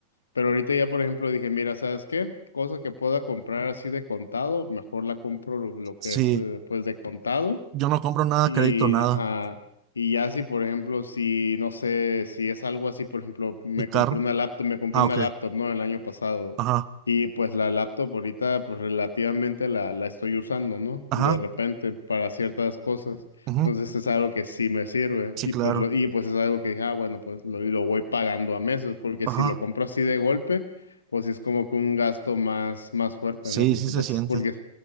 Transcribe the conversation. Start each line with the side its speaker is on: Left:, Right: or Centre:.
Left: pero ahorita ya por ejemplo dije, mira, ¿sabes qué? Cosa que pueda comprar así de contado, mejor la compro lo, lo que
Right: Sí,
Left: es eh, pues de contado.
Right: yo no compro nada,
Left: Y,
Right: crédito, nada.
Left: ajá, y ya si, por ejemplo, si, no sé, si es algo así, por ejemplo, me
Right: El carro.
Left: compré una laptop, me compré
Right: Ah,
Left: una
Right: ok.
Left: laptop, ¿no? El año pasado.
Right: Ajá,
Left: Y pues la laptop ahorita, pues relativamente la, la estoy usando, ¿no?
Right: ajá.
Left: De repente, para ciertas cosas.
Right: ujú.
Left: Entonces es algo que sí me sirve.
Right: Sí,
Left: Y
Right: claro.
Left: pues, lo, y pues es algo que dije, ah, bueno, pues lo, lo voy pagando a meses, porque
Right: Ajá.
Left: si lo compro así de golpe, pues sí es como que un gasto más, más fuerte,
Right: Sí,
Left: ¿no? Porque
Right: sí se
Left: pues,
Right: siente.
Left: porque